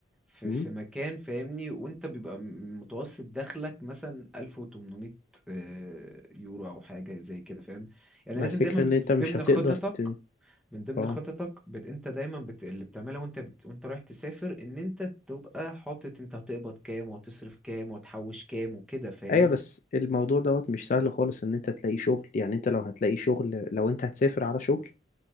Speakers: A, in the centre; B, on the left (about 40°).
A: في
B: مم؟
A: في مكان فاهمني وانت بيبقى م- متوسط دخلك مثلا 1800 آه، يورو او حاجه زي كده فاهم يعني
B: مع
A: لازم
B: الفكرة
A: دايما بت-
B: إن
A: من
B: أنت مش
A: ضمن
B: هتقدر
A: خططك
B: ت...
A: من ضمن
B: اه
A: خططك بت انت دايما بت... اللي بتعملها وانت بت... وانت رايح تسافر ان انت تبقى حاطط انت هتقبض كام وهتصرف كام وهتحوش كام وكده فاهمني
B: أيوة بس الموضوع دوت مش سهل خالص إن أنت تلاقي شغل يعني أنت لو هتلاقي شغل لو أنت هتسافر على شغل